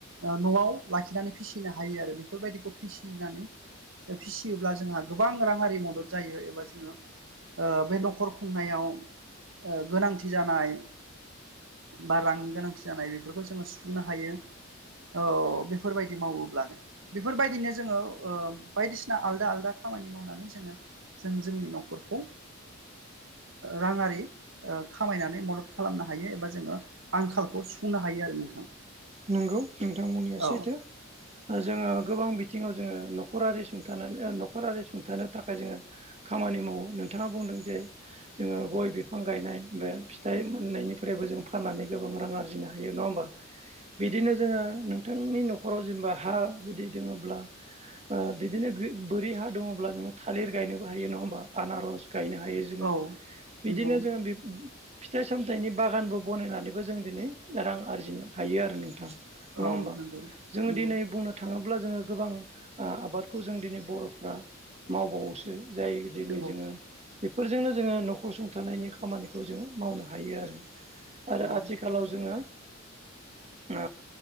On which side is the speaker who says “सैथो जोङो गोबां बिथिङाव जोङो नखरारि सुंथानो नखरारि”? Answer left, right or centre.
Right